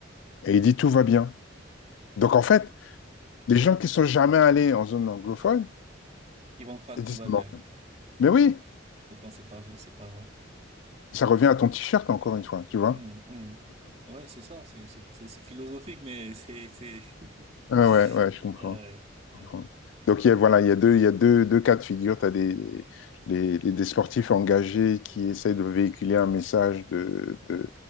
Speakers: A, on the left (about 70°); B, on the right (about 35°).
A: et il dit tout va bien. Donc en fait, les gens qui sont jamais allés en zone anglophone,
B: ils vont croire
A: ils
B: que tout
A: disent
B: va
A: non.
B: bien
A: Mais oui,
B: pourtant c'est pas vrai c'est pas vrai
A: ça revient à ton t-shirt encore une fois, tu vois.
B: Hum, hum. ouais c'est ça c'est c'est c'est c'est philosophique mais c'est c'est <laughs>
A: Ah ouais, ouais, je comprends,
B: Ah ouais ouais
A: je comprends. Donc il y a, voilà, il y a deux, il y a deux, deux cas de figure. Tu as des, les, les- des sportifs engagés qui essayent de véhiculer un message de, de